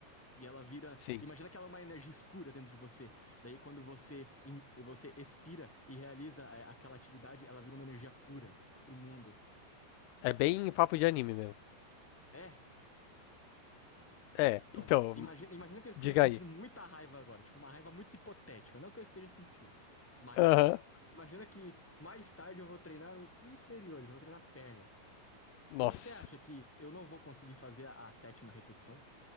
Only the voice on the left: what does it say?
Sim.
É bem papo de anime meu
É,
então,
diga
aí.
Aham.
Nossa.